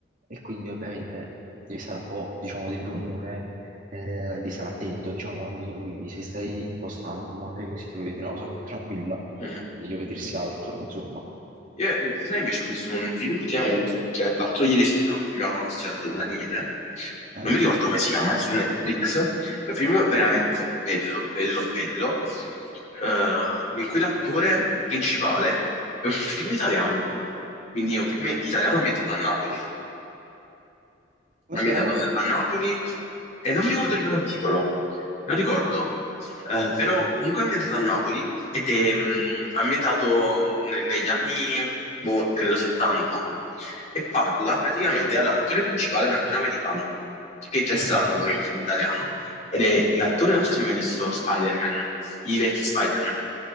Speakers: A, on the right; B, on the left.
A: è, e quindi ovviamente devi stare un po', diciamo, dell'umore, eh, devi stare attento, diciamo, quando te lo vedi. Se stai un po' stanco, magari così ti vuoi vedere una cosa più tranquilla
B: mm.
A: meglio vedersi altro, insomma.
B: Io, sai, invece ho visto un film ultimamente, cioè l'altro ieri sera, che mi aveva consigliato Daniele,
A: Eh?
B: non mi ricordo come si chiama, è su Netflix, è un film veramente bello, bello, bello, eh, in cui l'attore principale è un film italiano, quindi è un film italiano ambientato a Napoli
A: Come
B: ambientato
A: si chiama?
B: a Napoli e non mi ricordo il loro titolo, non ricordo, Eh, però comunque è ambientato a Napoli ed è mh, ambientato ne- negli anni, boh, credo 70 e parla praticamente, allora, l'attore principale è un attore americano, che è già è strano
A: Mm.
B: dato che è il film italiano, ed è l'attore, non so se hai mai visto Spider-Man, i vecchi Spider-Man.